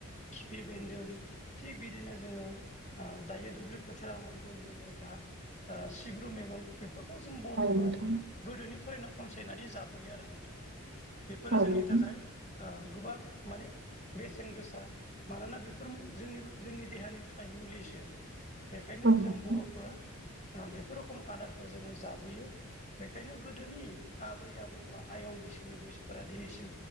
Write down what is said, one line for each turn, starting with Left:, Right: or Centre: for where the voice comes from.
Left: खिफि बेन्दों थिग बिदिनो जोङो दायो दुब्लि फोथाराव मोनगोन जोङो दा सिब्रु मैगं बेफोरखौ जों बर'फोरा
Right: औ नोंथां
Left: गोदोनिफ्रायनो खनसायनानै जाबोयो आरो नोंथां बेफोरो
Right: औ
Left: जोंनि
Right: नोंथां
Left: थाखाय गोबां माने बेसेन गोसा मानोना बेफोर जोंनि जोंनि देहानि थाखाय मुलिसो बेखायनो
Right: औ नोंथां
Left: जों बर'फोरा बेफोर रोखम आदारखौ जोङो जाबोयो बेखायनो गोदोनि आबै आबौ बा आयं बैसोनि बैसोफोरा दिनैसिम